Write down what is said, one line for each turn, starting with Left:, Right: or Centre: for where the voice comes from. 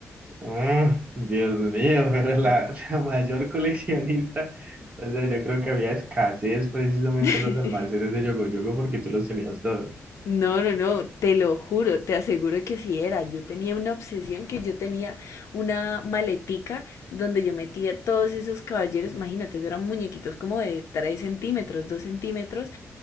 Right: ah, Dios mío, pero la, <laughs> la mayor coleccionista, o sea, yo creo que había escasez precisamente
Left: <laughs>
Right: en los almacenes de Yogo Yogo porque tú los tenías todos.
Left: No, no, no, te lo juro, te aseguro que sí era. Yo tenía una obsesión que yo tenía una maletica donde yo metía todos esos caballeros, imagínate, eso eran muñequitos como de 3 centímetros, 2 centímetros,